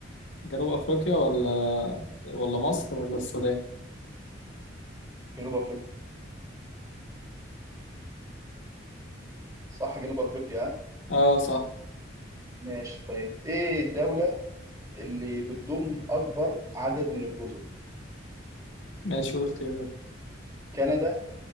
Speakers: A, on the left (about 80°); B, on the right (about 20°).
A: جنوب أفريقيا ولا ولا مصر ولا السودان
B: جنوب افريقيا صح جنوب افريقيا ها؟
A: آه صح
B: ماشي طيب ايه الدولة اللي بتضم أكبر عدد من الجزر
A: ماشي قول اختيارها
B: كندا